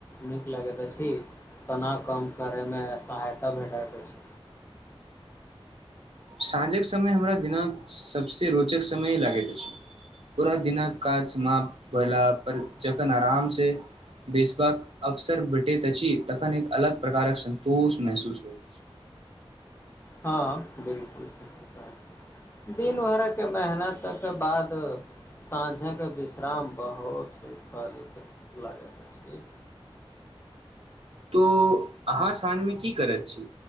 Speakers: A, on the left; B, on the right.
A: नीक लगैत अछि तनाव कम करयमे सहायता भेटैत अछि
B: साँझक समय हमरा दिना सभसे रोचक समय लागैत अछि पूरा दिनक काज समाप्त भेला पर जखन आराम से बेसबाक अवसर भेटैत अछि तखन एक अलग प्रकारक संन्तोष महसूस होइत अछि
A: हँ बिलकुल सही कह दिन भरिक मेहनतक बाद साँझक विश्राम बहुत सुखद लगैत अछि
B: तो अहाँ साँझमे की करैत छी